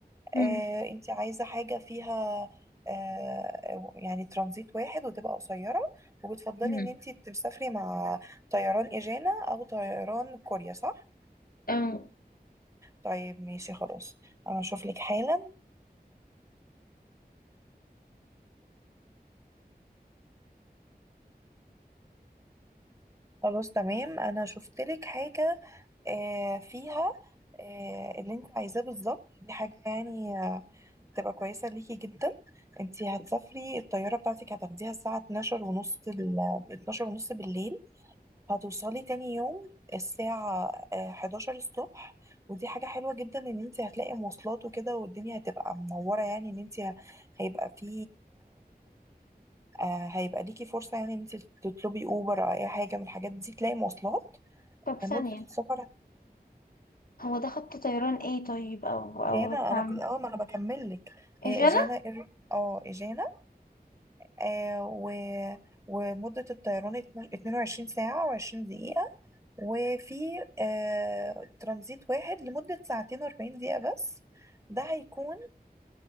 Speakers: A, on the left (about 60°); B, on the right (about 20°).
A: امم
B: آه انتي عايزة حاجة فيها آه يعني ترانزيت واحد وتبقى قصيرة وبتفضلي
A: امم
B: ان انتي تسافري مع طيران ايجانا او طيران كوريا صح؟
A: اه
B: طيب ماشي خلاص انا اشوف لك حالا خلاص تمام انا شفت لك حاجة آه، فيها آه، اللي انت عايزاه بالظبط دي حاجة يعني آه، تبقى كويسة ليكي جدا انت هتسافري الطيارة بتاعتك هتاخديها الساعة 12 ونص ال 12 ونص بالليل هتوصلي تاني يوم الساعة آه، 11 الصبح ودي حاجة حلوة جدا ان انت هتلاقي مواصلات وكده والدنيا هتبقى منورة يعني ان انت هيبقى في آه، هيبقى ليكي فرصة يعني ان انت تطلبي اوبر او اي حاجة من الحاجات دي تلاقي مواصلات
A: طب ثانية
B: مدة السفر
A: هو ده خط طيران ايه طيب او او
B: جانا
A: بتاع-
B: انا كنت اول ما انا بكمل لك
A: اجانا
B: هي اجانا إير- اه اجانا آه و ومدة الطيران اتنا- 22 ساعة و20 دقيقة وفي آه ترانزيت واحد لمدة ساعتين و40 دقيقة بس ده هيكون